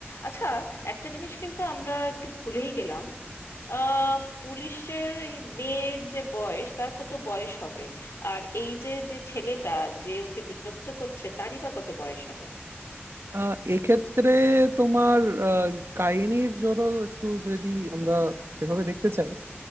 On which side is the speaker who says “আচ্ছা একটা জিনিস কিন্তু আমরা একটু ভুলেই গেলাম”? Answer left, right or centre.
Left